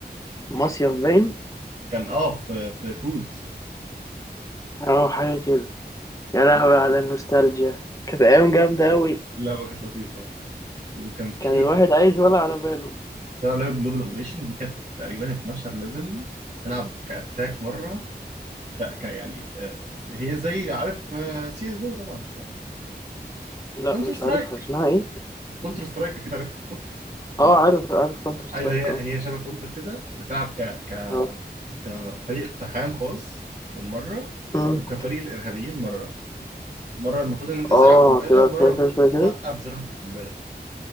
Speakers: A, on the left; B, on the right.
A: مصيف باين
B: كان اه في في كروز
A: اه حاجة كده يا لهوي
B: لا كانت
A: على
B: لعبة لطيفة
A: النوستالجيا كانت أيام جامدة أوي
B: اللعبة كانت لطيفة وكان في
A: كان الواحد
B: كنت
A: عايش ولا على باله
B: بلعب لعبة جلوبال اوبريشن دي كانت تقريبا 12 ليفل تلعب كاتاك مرة ك... ك... يعني آه، هي زي عارف سي اس جو طبعا
A: لا
B: كونتر
A: مش
B: سترايك
A: عارفها اسمها ايه
B: كونتر سترايك اكيد عارف
A: اه عارف عارف كونتر سترايك
B: ايوه هي
A: اه
B: هي شبه كونتر كده بتلعب ك ك
A: اه
B: كفريق اقتحام خاص مره
A: مم.
B: وكفريق الارهابيين مره مره المفروض ان انت تزرع
A: اه
B: قنبله
A: تلعب
B: ومره
A: شوية
B: المفروض
A: كده شوية
B: توقف
A: كده
B: زراعه القنبله